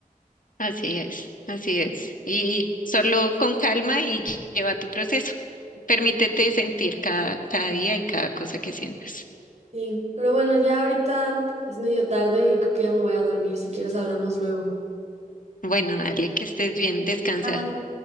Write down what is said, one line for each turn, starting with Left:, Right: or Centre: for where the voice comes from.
Left: Así es, así es. Y solo con calma y lle- lleva tu proceso. Permítete sentir cada, cada día y cada cosa que sientas.
Right: Sí, pero bueno, ya ahorita es medio tarde y creo que ya me voy a dormir. Si quieres, hablamos luego.
Left: Bueno, dale, que estés bien, descansa.
Right: Bye.